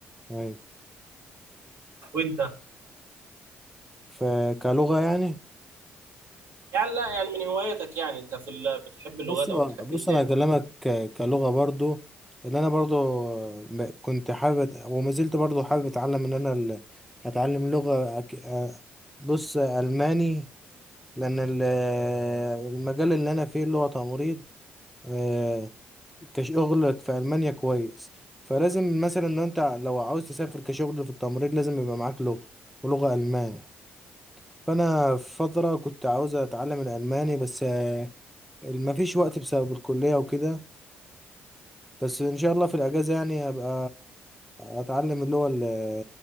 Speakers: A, in the centre; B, on the right.
A: أيوه
B: وأنت
A: فكلغة يعني
B: يعني لا يعني من هواياتك يعني أنت في ال... بتحب اللغات
A: بص
B: أو بتحب
A: بص
B: إيه تاني؟
A: انا هكلمك ك- كلغه برضو اللي انا برضو م- كنت حابب أت- وما زلت برضو حابب اتعلم ان انا ال- اتعلم لغه أك- أ- بص الماني لان ال- المجال اللي انا فيه اللي هو تمريض آه، كشغل في المانيا كويس فلازم مثلا لو انت لو عاوز تسافر كشغل في التمريض لازم يبقى معاك لغه ولغه المان فانا في فتره كنت عاوز اتعلم الالماني بس آه، ما فيش وقت بسبب الكليه وكده بس ان شاء الله في الاجازه يعني هبقى اتعلم اللي هو اللي